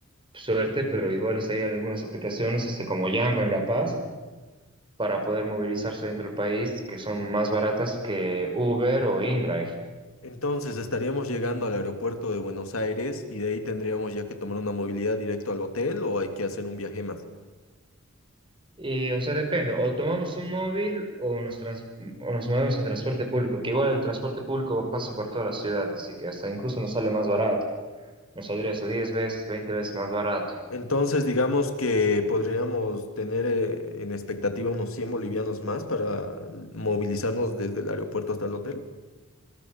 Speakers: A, on the right; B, on the left.
A: suerte, pero igual hay algunas aplicaciones, este, como Yango en La Paz, para poder movilizarse dentro del país, que son más baratas que Uber o InDrive.
B: Entonces estaríamos llegando al aeropuerto de Buenos Aires y de ahí tendríamos ya que tomar una movilidad directo al hotel o hay que hacer un viaje más.
A: Y, o sea, depende, o tomamos un móvil o nos, trans- o nos movemos en transporte público, que igual el transporte público pasa por toda la ciudad, así que hasta incluso nos sale más barato, nos saldría eso 10 veces, 20 veces más barato.
B: Entonces digamos que podríamos tener eh, en expectativa unos 100 bolivianos más para movilizarnos desde el aeropuerto hasta el hotel.